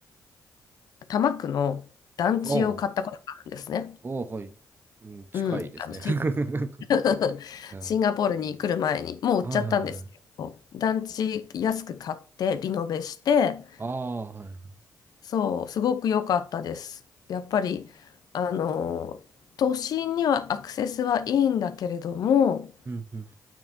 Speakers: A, on the left; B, on the right.
A: 多摩区の団地を買ったことがあるんですね。
B: おう、おう、はい。うん、近いですね。
A: うん、あの、シン
B: <laughs>
A: <laughs>
B: うん、
A: シンガポールに来る前に、もう売っちゃったんですけど、
B: はいはいはい。
A: 団地安く買ってリノベして、
B: ああ、はいはい。
A: そう、すごく良かったです。やっぱり、あの、都心にはアクセスはいいんだけれども、
B: うん、うん。